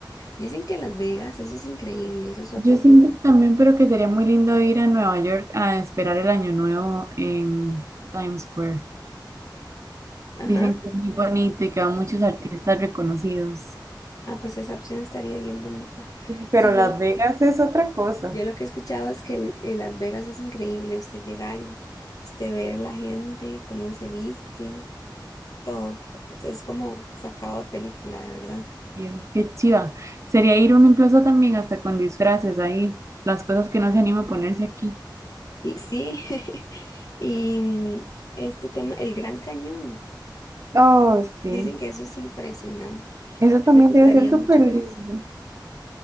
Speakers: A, on the left (about 50°); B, on the right (about 40°).
A: Dicen que Las Vegas, eso es increíble, eso es
B: Yo
A: otro
B: siento
A: mundo.
B: también, pero que sería muy lindo ir a Nueva York a esperar el año nuevo en Times Square.
A: Ajá.
B: Dicen que es muy bonito y que van muchos artistas reconocidos.
A: Ah, pues esa opción estaría bien bonita.
B: Sí, pero
A: Sí,
B: Las
A: yo,
B: Vegas es otra cosa.
A: yo lo que he escuchado es que el- el Las Vegas es increíble, usted llegar y usted ver la gente, cómo se viste, todo. Es como sacado de película, de verdad.
B: Eh, Qué chiva. Sería ir uno incluso también hasta con disfraces ahí, las cosas que no se anima a ponerse aquí.
A: Y sí, <laughs> y mm, este tema, el Gran Cañón.
B: Oh, sí.
A: Dicen que eso es impresionante.
B: Eso
A: A
B: también
A: mí me gustaría
B: debe ser súper
A: mucho
B: lindo.
A: ver eso.